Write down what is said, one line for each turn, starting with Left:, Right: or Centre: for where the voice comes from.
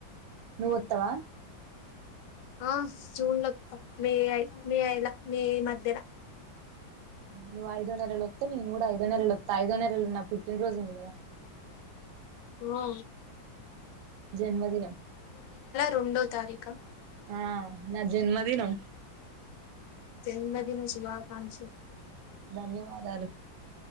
Right: నువ్వుత్తవా
Left: ఆ జూన్ లో మే ఐ మే ఐలా మే మధ్యలా
Right: నువ్వు ఐదో నెలలొత్తే నేను కూడా ఐదో నెలల ఒత్త ఐదో నెలల నా పుట్టిన రోజు ఉంది గా
Left: ఓ
Right: జన్మదినం
Left: రెండో తారీఖా
Right: ఆ నా జన్మదినం
Left: జన్మదిన శుభకాంక్ష
Right: ధన్యవాదాలు